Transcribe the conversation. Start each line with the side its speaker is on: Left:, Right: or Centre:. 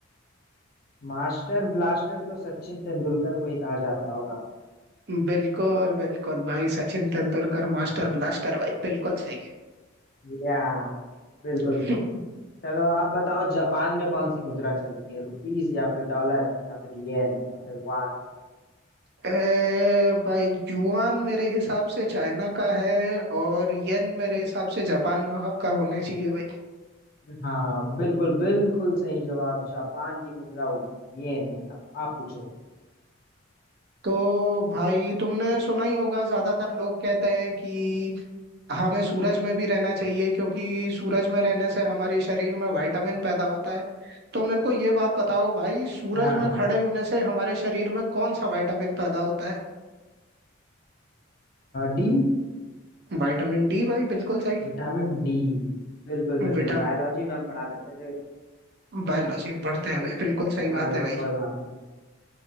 Left: मास्टर ब्लास्टर तो सचिन तेंदुलकर को ही कहा जाता होगा
Right: बिल्कुल बिल्कुल भाई सचिन तेंदुलकर मास्टर ब्लास्टर भाई बिल्कुल सही
Left: या बिल्कुल
Right: <laughs>
Left: सही चलो आप बताओ जापान में कौन सी मुद्रा चलती है रुपीज या फिर डॉलर या फिर येन या फिर वान
Right: ए, भाई युआन मेरे हिसाब से चाइना का है और येन मेरे हिसाब से जापान में का होना चाहिए भाई
Left: हाँ बिल्कुल बिल्कुल सही जवाब जापान की मुद्रा होगी येन है अब आप पूछो
Right: तो भाई तुमने सुना ही होगा ज्यादातर लोग कहते हैं कि हमें सूरज में भी रहना चाहिए क्योंकि सूरज में रहने से हमारे शरीर में विटामिन पैदा होता है तो मेरे को ये बात बताओ भाई सूरज
Left: हाँ
Right: में खड़े होने से हमारे शरीर में कौन सा विटामिन पैदा होता है
Left: डी
Right: विटामिन डी भाई बिल्कुल सही
Left: विटामिन डी बिल्कुल बिल्कुल
Right: विटा
Left: बायोलॉजी में हम पढ़ा करते थे
Right: बायोलॉजी में पढ़ते हैं भाई बिल्कुल सही बात
Left: चलो
Right: है भाई
Left: कोई बात नहीं